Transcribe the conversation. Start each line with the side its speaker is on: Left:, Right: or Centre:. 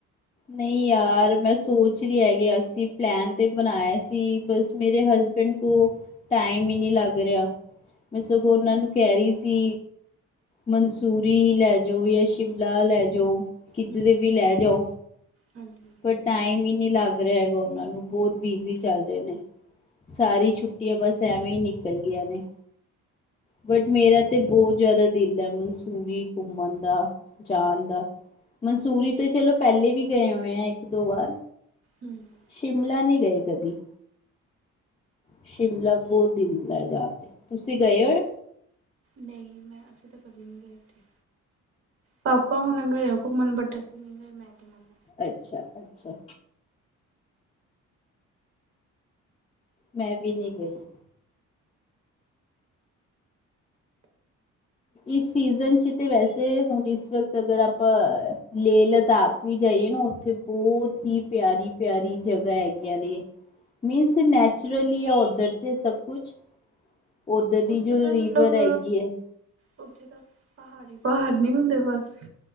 Left: ਨਹੀਂ ਯਾਰ! ਮੈਂ ਸੋਚ ਰਿਹਾ ਤੇ ਹੈਗਾ ਸੀ ਪਲੈਨ ਤੇ ਬਣਾਇਆ ਸੀ ਬਸ ਮੇਰੇ ਹ ਹਸਬੈਂਡ ਕੋ ਟਾਈਮ ਹੀ ਨਹੀਂ ਲੱਗ ਰਿਹਾ। ਮੈਂ ਸਗੋਂ ਉਹਨਾਂ ਨੂੰ ਕਹਿ ਰਹੀ ਸੀ ਮਨਸੂਰੀ ਹੀ ਲੈ ਜਾਓ ਜਾਂ ਸ਼ਿਮਲਾ ਲੈ ਜਾਓ। ਕਿਧਰੇ
Right: ਹੂੰ,
Left: ਵੀ ਲੈ ਜਾਓ।
Right: ਹਾਂਜੀ।
Left: ਪਰ ਟਾਈਮ ਹੀ ਨਹੀਂ ਲੱਗ ਲੱਗ ਰਿਹਾ ਹੈਗਾ ਉਹਨਾਂ ਨੂੰ। ਬਹੁਤ ਬਿਜੀ ਚੱਲ ਰਹੇ ਨੇ। ਸਾਰੀ ਛੁੱਟੀਆਂ ਬਸ ਐਵੇਂ ਹੀ ਨਿਕਲ ਗਈਆਂ ਨੇ। ਬਟ! ਮੇਰਾ ਤੇ ਬਹੁਤ ਜ਼ਿਆਦਾ ਦਿਲ ਹੈ। ਮਨਸੂਰੀ ਘੁੰਮਣ ਦਾ। ਜਾਣ ਦਾ। ਮਨਸੂਰੀ ਤੇ ਚਲੋ ਪਹਿਲੇ ਵੀ ਗਏ ਹੋਏ ਆ ਇੱਕ ਦੋ ਵਾਰ।
Right: ਹੂੰ,
Left: ਸ਼ਿਮਲਾ ਨਹੀਂ ਗਏ ਕਦੀ। ਸ਼ਿਮਲਾ ਬਹੁਤ ਦਿਲ ਕਰਦਾ ਜਾਣ ਦਾ। ਤੁਸੀਂ ਗਏ ਹੋਇਓ?
Right: ਨਹੀਂ! ਮੈਂ, ਅਸੀਂ ਤਾਂ ਕਦੀ ਨਹੀਂ ਗਏ ਇਥੇ। ਪਾਪਾ ਹੁਣ ਗਏ ਘੁੰਮਣ ਬਟ, ਅਸੀਂ ਨੀ ਗਏ। ਮੈਂ ਤੇ ਮੰਮੀ
Left: ਅੱਛਾ! ਅੱਛਾ! ਮੈਂ ਵੀ ਨਹੀਂ ਗਈ। ਇਸ ਸੀਜ਼ਨ ਚ! ਤੇ ਵੈਸੇ ਹੁਣ ਇਸ ਵਕਤ ਅਗਰ ਆਪਾਂ ਲੇਹ ਲੱਦਾਖ ਵਿ ਜਾਈਏ ਨਾ ਉੱਥੇ ਬਹੁਤ ਹੀ ਪਿਆਰੀ ਪਿਆਰੀ ਜਗ੍ਹਾ ਹੈਗੀਆਂ ਨੇ। ਮੀਨਸ ਨੈ ਨੈਚੁਰਲੀ
Right: ਅੱਛਾ-ਅੱਛਾ।
Left: ਹੈ ਉੱਧਰ ਤੇ ਸਭ ਕੁਛ। ਉਧਰ ਦੀ
Right: ਉੱਥੇ
Left: ਜੋ
Right: ਤਾਂ
Left: ਰੀਵਰ
Right: ਮਤਲਬ
Left: ਹੈਗੀ ਹੈ।
Right: ਉੱਥੇ ਤਾਂ, ਪਹਾੜ ਹੀ ਪਹਾੜ ਨੀ ਹੁੰਦੇ ਬਸ?